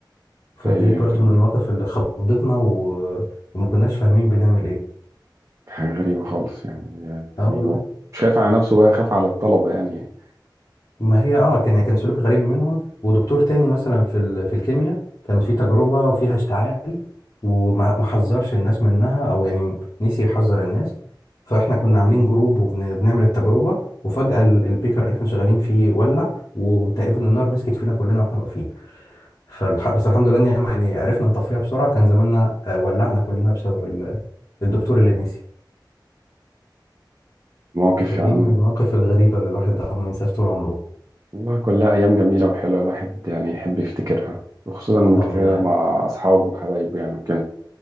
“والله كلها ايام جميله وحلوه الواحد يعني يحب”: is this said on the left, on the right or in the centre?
Right